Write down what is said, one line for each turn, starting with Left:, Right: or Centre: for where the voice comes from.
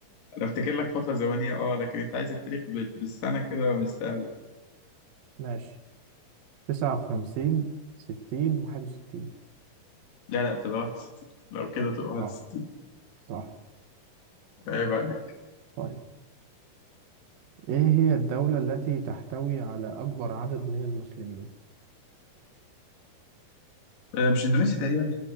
Left: انا افتكر لك فتره زمنيه اه لكن انت عايز التاريخ بال- بالسنه كده مش سهل
Right: ماشي تسعة وخمسين ستين واحد وستين
Left: لا لا تبقى 61 لو كده تبقى 61
Right: صح صح
Left: عيب عليك
Right: طيب إيه هي الدولة التي تحتوي على أكبر عدد من المسلمين؟
Left: آه، مش اندونيسي تقريبا